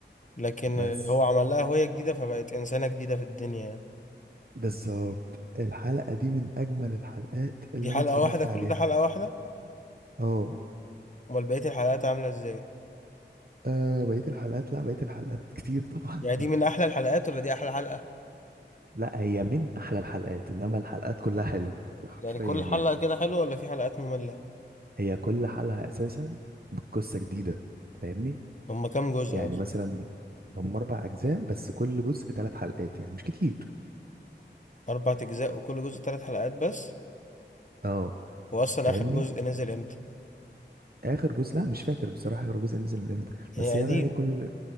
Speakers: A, on the left; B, on the right.
A: لكن
B: بس
A: هو عمل لها هوية جديدة فبقت انسانة جديدة في الدنيا يعني.
B: بالظبط الحلقة دي من أجمل الحلقات اللي
A: دي حلقة
B: أنا اتفرجت
A: واحدة كل
B: عليها
A: ده حلقة واحدة
B: اه
A: امال بقية الحلقات عاملة ازاي
B: آه، بقية الحلقات لا بقية الحلقات كتير طبعا
A: يعني دي
B: <laughs>
A: من احلى الحلقات ولا دي احلى حلقة
B: لا هي من أحلى الحلقات إنما الحلقات كلها حلوة حرفيا
A: يعني كل حلقة
B: يعني
A: كده حلوة ولا في حلقات مملة
B: هي كل حلقة أساسا بقصة جديدة فاهمني
A: هما كام جزء
B: يعني
A: اصلا
B: مثلا هم اربع اجزاء بس كل جزء ثلاث حلقات يعني مش كتير
A: اربع اجزاء وكل جزء ثلاث حلقات بس
B: اه
A: واصلا
B: فاهمني
A: اخر جزء نزل امتى
B: اخر جزء لا مش فاكر بصراحه اخر جزء نزل من امتى
A: يعني
B: بس هي
A: قديم
B: بقى ايه كل